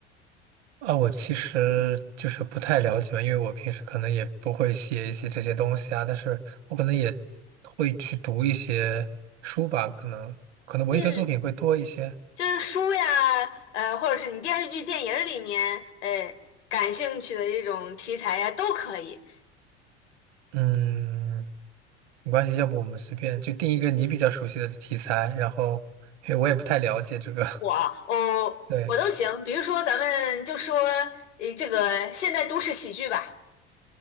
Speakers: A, on the right; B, on the left.
A: 啊，我其实就是不太了解嘛，因为我平时可能也不会写一些这些东西啊，但是我可能也会去读一些书吧，可能可能文学作品会多一些。
B: 嗯，就是书呀，呃，或者是你电视剧、电影儿里面，呃，感兴趣的这种题材呀，都可以。
A: 嗯，没关系，要不我们随便就定一个你比较熟悉的题材，然后因为我也不太了解这个，
B: 我啊，哦，
A: <laughs> 对，
B: 我都行。比如说，咱们就说，呃，这个现代都市喜剧吧。